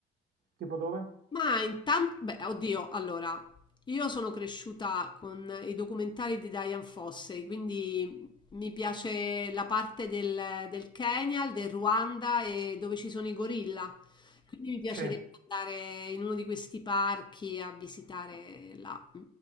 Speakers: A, on the right; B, on the left.
A: Tipo dove?
B: Ma intanto, beh, oddio, allora, io sono cresciuta con i documentari di Diane Fossey, quindi mi piace la parte del, del Kenya, del Ruanda e dove ci sono i gorilla. Quindi mi piacerebbe
A: Sì, è
B: andare in uno di questi parchi a visitare là.